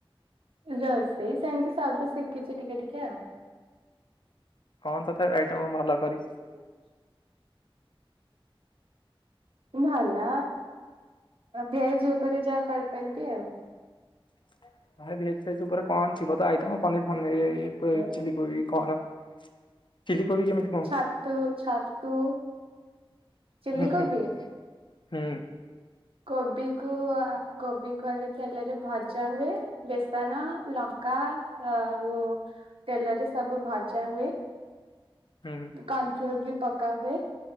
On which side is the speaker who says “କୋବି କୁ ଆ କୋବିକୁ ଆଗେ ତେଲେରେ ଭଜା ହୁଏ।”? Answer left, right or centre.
Right